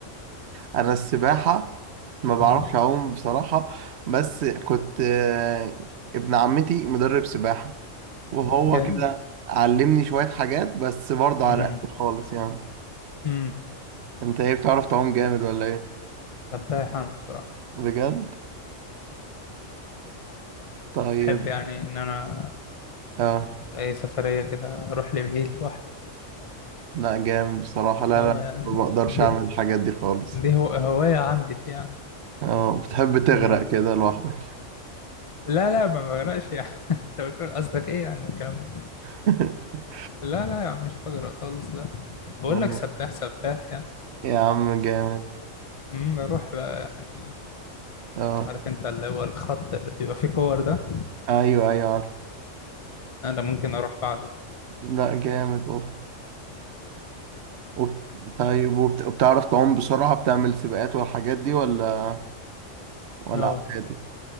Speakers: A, on the right (about 65°); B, on the left (about 45°).
A: انا السباحة ما
B: امم
A: بعرفش اعوم بصراحة بس كنت آه، ابن عمتي مدرب سباحة وهو
B: جامد
A: كده علمني شوية حاجات بس برضه على
B: امم
A: قد خالص يعني
B: امم
A: انت ايه بتعرف تعوم جامد ولا ايه
B: سباح انا بصراحه
A: بجد طيب
B: احب يعني ان انا
A: اه
B: في اي سفريه كده اروح لبعيد لوحدي
A: لا جامد بصراحة لا
B: اه
A: لا
B: يعني
A: ما بقدرش أعمل
B: دي
A: الحاجات دي خالص
B: دي هو هوايه عندي دي يعني
A: اه بتحب تغرق
B: مم.
A: كده لوحدك
B: لا لا ما بغرقش يعني <laughs> انت بتقول قصدك ايه يعني الكلام ده
A: <laughs>
B: لا لا يا عم مش بغرق خالص لا بقول
A: أيوة.
B: لك سباح سباح يعني
A: يا عم جامد
B: امم بروح بقى يعني
A: اه
B: عارف انت اللي هو الخط اللي بيبقى فيه كور ده
A: أيوه أيوه عارف
B: انا ممكن اروح بعده
A: لا جامد أوف وبت... طيب وبت... وبتعرف تعوم بسرعة بتعمل سباقات والحاجات دي ولا ولا
B: اه
A: عادي